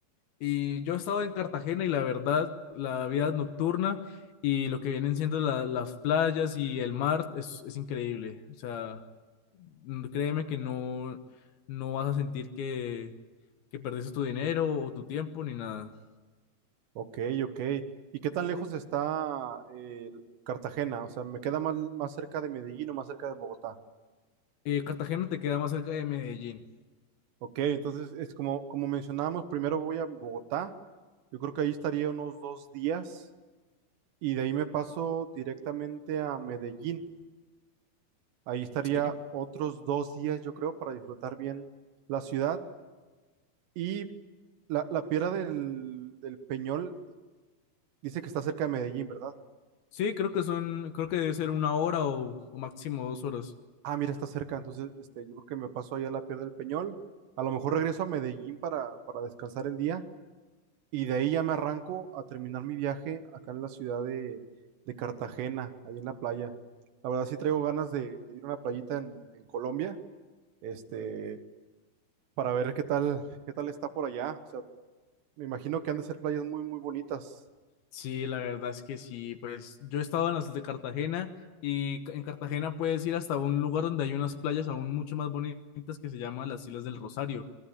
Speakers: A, on the left; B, on the right.
A: Y yo he estado en Cartagena y la verdad, la vida nocturna y lo que vienen siendo la- las playas y el mar es, es increíble. O sea, n- créeme que no, no vas a sentir que, que perdiste tu dinero o tu tiempo ni nada.
B: Ok, ok. ¿Y qué tan lejos está eh, Cartagena? O sea, ¿me queda más, más cerca de Medellín o más cerca de Bogotá?
A: Eh, Cartagena te queda más cerca de Medellín.
B: Ok, entonces es como, como mencionábamos, primero voy a Bogotá. Yo creo que ahí estaría unos dos días y de ahí me paso directamente a Medellín. Ahí estaría
A: sí
B: otros dos días, yo creo, para disfrutar bien la ciudad. Y la, la piedra del, del Peñol dice que está cerca de Medellín, ¿verdad?
A: Sí, creo que son, creo que debe ser una hora o, o máximo dos horas.
B: Ah, mira, está cerca. Entonces, este, yo creo que me paso ahí a la piedra del Peñol. A lo mejor regreso a Medellín para, para descansar el día. Y de ahí ya me arranco a terminar mi viaje acá en la ciudad de, de Cartagena, ahí en la playa. La verdad sí traigo ganas de, de ir a una playita en, en Colombia, este, para ver qué tal, qué tal está por allá. O sea, Me imagino que han de ser playas muy, muy bonitas.
A: Sí, la verdad es que sí, pues yo he estado en las de Cartagena y ca- en Cartagena puedes ir hasta un lugar donde hay unas playas aún mucho más bonitas que se llaman las Islas del Rosario,